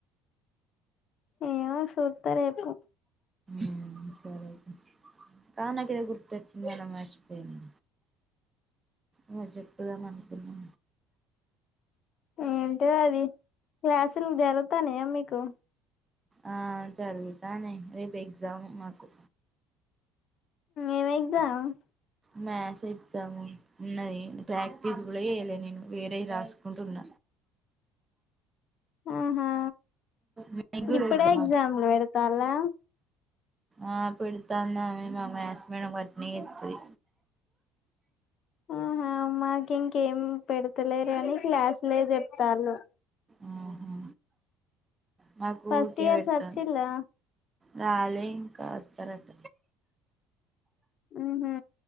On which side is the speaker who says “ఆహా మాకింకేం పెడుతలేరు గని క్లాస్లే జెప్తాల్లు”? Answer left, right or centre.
Left